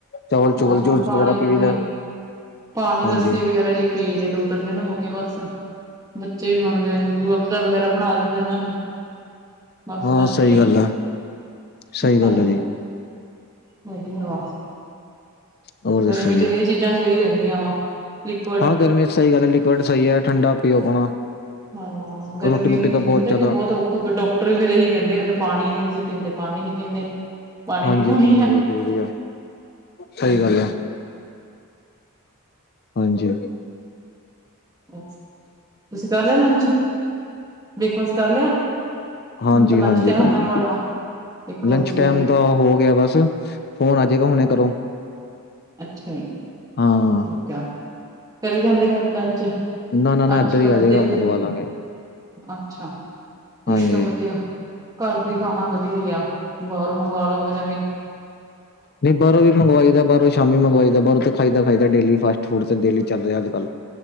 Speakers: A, on the left; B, on the right.
A: ਚਾਵਲ
B: ਹਾਂ
A: ਚੁਵਲ ਜੂਸ
B: ਪਾਣੀ
A: ਵਗੈਰਾ ਪੀ
B: ਪੂਣੀ,
A: ਲਈਦਾ
B: ਪਾਣੀ
A: ਹਾਂਜੀ
B: ਲੱਸੀ ਵਗੈਰਾ ਜੀ। ਪੀ ਦੇ ਦੋ ਤਿੰਨ ਦਿਨ ਹੋ ਗਏ ਬਸ। ਬੱਚੇ ਵੀ ਮੰਗਦੇ ਆ ਹਾਂਜੀ ਰੂ ਅਬਜ਼ਾ ਵਗੈਰਾ ਬਣਾ ਦਿੰਦੇ ਆ ਇਹਨਾਂ ਨੂੰ। ਬਸ
A: ਹਾਂ
B: ਆਹ ਚੀਜ਼ਾਂ
A: ਸਹੀ ਗੱਲ ਐ
B: ਹੀ
A: ਸਹੀ
B: ਚੱਲ
A: ਗੱਲ ਐ ਜੀ।
B: ਵਧੀਆ ਵਾ
A: ਹੋਰ ਦੱਸੋ
B: ਗਰਮੀ
A: ਜੀ
B: ਚ ਤਾਂ ਇਹ ਚੀਜ਼ਾਂ ਸਹੀ ਰਹਿੰਦੀਆਂ ਵਾ। ਲਿਕੁਡ
A: ਹਾਂ ਗਰਮੀ ਚ ਸਹੀ ਗੱਲ ਐ ਲਿਕਵਡ ਸਈ ਐ ਠੰਡਾ ਪੀਓ ਆਪਣਾ।
B: ਹਾਂ ਗਰਮੀ
A: ਰੋਟੀ ਰੋਟੀ
B: ਵੀ ਨੀ
A: ਤਾਂ
B: ਹੁੰਦੀ ਪਤਾ
A: ਜ਼ਿਆਦਾ
B: ਕੀ ਬਹੁਤ ਔਖਾ ਫੇਰ ਡਾਕ <unintelligible> ਇਹੀ ਕਹਿੰਦੇ ਆ ਨਾ ਪਾਣੀ ਨੀ ਜੀ ਪੀਂਦੇ ਪਾਣੀ ਨੀ ਪੀਂਦੇ। ਪਾਣੀ
A: ਹਾਂਜੀ
B: ਦੀ ਕਮੀ
A: ਪਾਣੀ
B: ਆ
A: ਬਹੁਤ ਜ਼ਰੂਰੀ ਐ ਸਹੀ
B: ਹਾਂਜੀ
A: ਗੱਲ ਐ। ਹਾਂਜੀ,
B: ਅੱਛਾ ਤੁਸੀਂ ਕਰ ਲਿਆ ਲੰਚ, ਬ੍ਰੇਕਫਾਸਟ ਕਰ ਲਿਆ? ਹੁਣ
A: ਹਾਂਜੀ-ਹਾਂਜੀ
B: ਤਾਂ ਲੰਚ ਟਾਈਮ
A: ਕਰ
B: ਹੋਣ
A: ਲਿਆ,
B: ਵਾਲਾ ਇੱਕ ਵੱਜ
A: ਲੰਚ
B: ਗਿਆ
A: ਟੈਮ ਤਾਂ ਹੋ ਗਿਆ ਬਸ, ਫੋਨ ਆਜੇਗਾ ਹੁਣੇ ਕਰੋ।
B: ਅੱਛਾ ਜੀ।
A: ਹੂੰ,
B: ਕਆ ਕਰੀ ਜਾਂਦੇ ਕਰਨ ਲੰਚ,
A: ਨਾ ਨਾ ਨਾ
B: ਅੱਛ
A: ਇੱਧਰ ਹੀ
B: ਕਰਦੇ।
A: ਆ ਜਾਏਗਾ ਮੰਗਵਾ ਲਾਂਗੇ
B: ਅੱਛਾ ਠੀਕ
A: ਹਾਂਜੀ
B: ਆ ਵਧੀਆ ਘਰ ਦੀ ਖਾਣਾ ਵਧੀਆ ਈ ਆ ਬਾਰੋਂ ਮੰਗਵਾ ਲੋੋ ਫੇਰ ਐਂਵੀ
A: ਨਈ ਬਾਰੋਂ ਵੀ ਮੰਗਵਾਈ ਦਾ ਬਾਰੋਂ ਸ਼ਾਮੀ ਮੰਗਵਾਈ ਦਾ ਬਾਰ ਤੇ ਖਾਈ ਦਾ-ਖਾਈ ਦਾ ਡੇਲੀ ਫਾਸ ਫੂਡ ਤੇ ਡੇਲੀ ਚੱਲ ਰਿਆ ਅੱਜ ਕੱਲ